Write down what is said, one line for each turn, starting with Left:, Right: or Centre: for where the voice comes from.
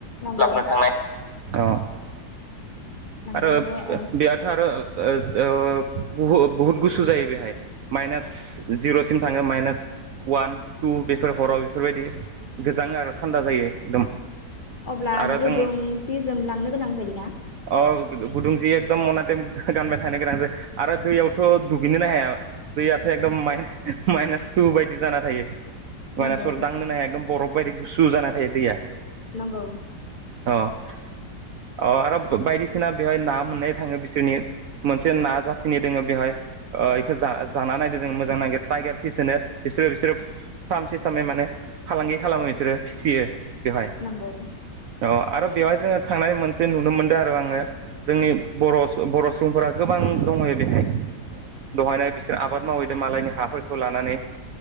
Left: लाबनो थांनाय
Right: अ
Left: नंगौ
Right: आरो
Left: माने ओ
Right: बेयाथ' आरो ओ ओ बुहु बुहुद गुसु जायो बेहाय माइनास जिर'सिम थांङो माइनास अवान टु बेफोर हराव' बेफोर बायदि गोजां आरो थान्दा जायो एकदम
Left: अब्ला
Right: आरो
Left: गुदुं
Right: जों
Left: जि जोमलांनो गोनां जायोना?
Right: अ गुदुं जि एकदम मनाटेम गानबाय थानो गोनां जायो आरो दैयावथ' दुगैनोन ना हाया दैयाथ' एकदम माइनास टु बायदि जाना थायो मानास
Left: नंगौ
Right: पर दांनोनो हाया बरफ बायदि एकदम बरफ बायदि गुसु जाना थायो दैया
Left: नंगौ
Right: अ अ आरो बायदिसिना बेवहाय ना मोननाय थाङो बिसोरनि मोनसे ना जाथिनि दोङो बेवहाय इखो जाना नायदो जों मोजां नागिद टाइगार फिस होनो बिसोरो बिसोरो फार्म सिस्टेमै माने फालांगि खालामो बिसोरो फिसियो बेवहाय
Left: नंगौ
Right: औ आरो बेवहाय जोङो थांनाय मोनसे नुनो मोनो आरो आङो जोंनि बर' बर' सुबुंफोरा गोबां दंहैयो बेहाय दहायनो बिसोर आबाद मावहैदों मालायनि हाफोरखौ लानानै